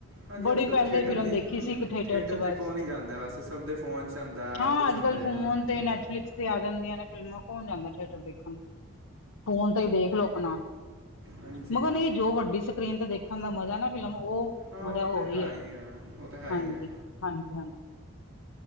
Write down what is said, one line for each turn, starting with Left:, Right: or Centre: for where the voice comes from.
Right: ਹਾਂਜੀ
Left: ਬੜੀ
Right: ਅੱਜ ਕੱਲ੍ਹ
Left: ਪਹਿਲੇ
Right: ਥੀਏਟਰ
Left: ਫਿਲਮ
Right: ਦੀ
Left: ਦੇਖੀ ਸੀ ਇੱਕ ਥੀਟਰ
Right: ਥੀਏਟਰ
Left: 'ਚ
Right: 'ਤੇ
Left: ਬਸ
Right: ਕੌਣ ਹੀ ਜਾਂਦਾ ਵੈਸੇ ਸਭ ਦੇ ਫੋਨ 'ਚ ਹੁੰਦਾ
Left: ਹਾਂ
Right: ਐਪ 'ਚ
Left: ਅੱਜ
Right: ਹੁੰਦੇ
Left: ਕੱਲ੍ਹ ਫੋਨ
Right: ਆ ਹੂੰ
Left: ਤੇ ਨੈਟਫਲਿਕਸ ਤੇ ਆ ਜਾਂਦੀਆਂ ਨੇ ਫਿਲਮਾਂ ਹੋਣ ਜਾਂਦਾ ਥੀਏਟਰ ਦੇਖਣ ਫੋਨ ਤੇ ਹੀ ਦੇਖਲਓ ਆਪਣਾ
Right: ਹਾਂਜੀ
Left: ਮਗਰ ਨਹੀਂ ਜੋ ਵੱਡੀ ਸਕਰੀਨ ਤੇ ਦੇਖਣ ਦਾ ਮਜ਼ਾ ਨਾ ਫਿਲਮ ਉਹ
Right: ਹਾਂ
Left: ਮਜ਼ਾ
Right: ਉਹ
Left: ਹੋ
Right: ਤਾਂ
Left: ਰਹੀ ਹੈ।
Right: ਹੀ ਆ ਉਹ ਤਾਂ ਹੈ
Left: ਹਾਂਜੀ
Right: ਹੀ ਹੈ
Left: ਹਾਂਜੀ-ਹਾਂਜੀ।